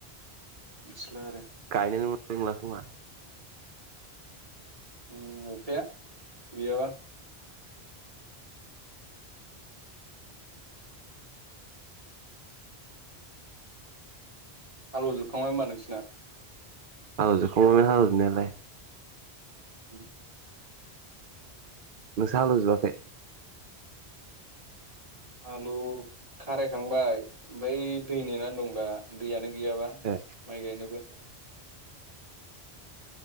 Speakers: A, on the right; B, on the right.
A: मिथिला आरो
B: गायनोनो मोननाय नंला खोमा
A: उम अखाया गैयाबा हालौ जोबखांबाय होनबा नोंसिना
B: हालौ जोबखांबायमोन हालौ जोबनायालाय
A: <inaudible>
B: नोंसा हालौ जोबाखै?
A: हालौ खारायखांबाय आमफ्राय दै नेनानै दं दा दैयानो गैयाबा
B: ओ
A: माय गायनोबो